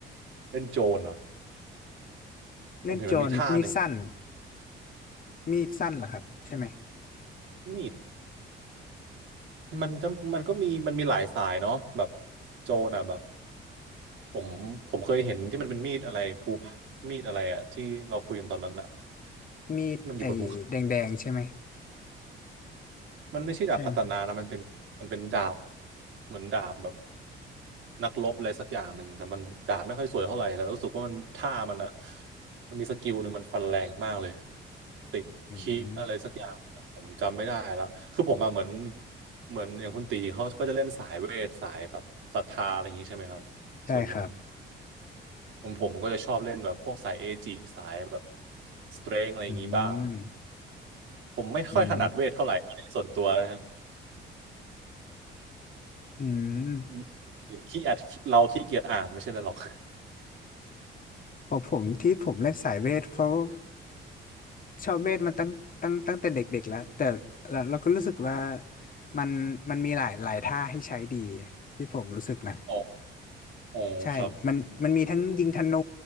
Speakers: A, on the right (about 75°); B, on the left (about 45°).
A: เล่นโจรเนาะ
B: เล่นโจรมีดสั้น
A: ผมเห็นมันมีทั้
B: มีดสั้นเหรอครับใช่ไหม
A: งมีดมันจะมันก็มีมันมีหลายสายเนาะแบบโจรอ่ะแบบผมผมเคยเห็นที่มันเป็นมีดอะไรภูผามีดอะไรอะที่เราคุยกันตอนนั้นอะ
B: มีดไอ้แดงๆใช่ไหม
A: ที่มันอยู่บนภูเขามันไม่ใช่ดาบคาตานานะมันเป็นมันเป็นดาบ
B: ใช่ไหมครับ
A: เหมือนดาบแบบ นักรบอะไรสักอย่างหนึ่งแต่มันดาบไม่ค่อยสวยเท่าไหร่แต่รู้สึกว่ามันท่ามันอ่ะมันมีสกิลหนึ่งมันฟันแรงมากเลยติดคิอะไรสักอย่างนะผมจำไม่ได้แล้วคือผมอะเหมือน
B: อืม
A: เหมือนอย่างคุณตีเขาก็จะเล่นสายเวทสายแบบศรัทธาอะไรอย่างนี้ใช่ไหมครับ
B: ใช่ครับ
A: ส่วนใหญ่ผมผมก็จะชอบเล่นแบบพวกสายเอจิสายแบบสเตรงอะไรอย่างนี้บ้าง
B: อืม
A: ผมไม่ค่อยถนัดเวทเท่าไหร่อันนี้ส่วนตัวนะฮะ
B: อืมอืม
A: อืมขี้อัดเราขี้เกียจอ่านไม่ใช่อะไรหรอก
B: พอผมที่ผมเล่นสายเวทเพราะ ชอบเวทมันตั้งตั้งตั้งแต่เด็กๆแล้วแต่เราเราก็รู้สึกว่ามันมันมีหลายหลายท่าให้ใช้ดีที่ผมรู้สึกนะ
A: อ๋ออ๋อครับ
B: ใช่มันมันมีทั้งยิงธนู